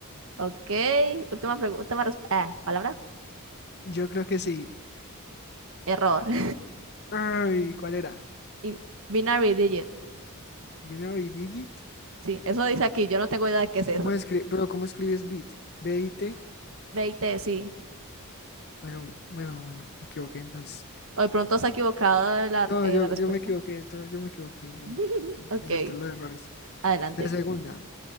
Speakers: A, on the right (about 65°); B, on the left (about 50°).
A: Ok. Última pregunta. Última resp- ah, palabra.
B: Yo creo que sí.
A: Error. <laughs>
B: Ay, ¿cuál era?
A: In- binary digit.
B: Binary digit.
A: Sí, eso dice aquí, yo no tengo idea de qué es
B: ¿Cómo
A: eso.
B: escribes? Pero ¿cómo escribes bit? B-I-T.
A: Veinte, sí.
B: Bueno, bueno, bueno, me equivoqué entonces.
A: O de pronto se ha equivocado de la,
B: No,
A: eh,
B: yo,
A: la respuesta.
B: yo me equivoqué, to- yo me equivoqué. Yo,
A: <laughs>
B: hay
A: Ok,
B: que aceptar los errores.
A: adelante.
B: La segunda.